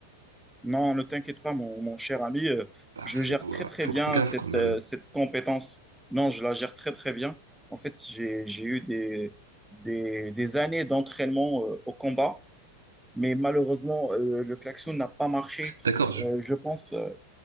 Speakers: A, in the centre; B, on the right.
A: Non, ne t'inquiète pas, mon, mon cher ami. euh,
B: Bah,
A: Je
B: faut,
A: gère
B: euh,
A: très, très
B: faut
A: bien
B: faire gaffe
A: cette,
B: quand même.
A: euh, cette compétence. Non, je la gère très, très bien. En fait, j'ai, j'ai eu des, des, des années d'entraînement euh, au combat, mais malheureusement, euh, le klaxon n'a pas marché.
B: D'accord,
A: Euh, je pense euh,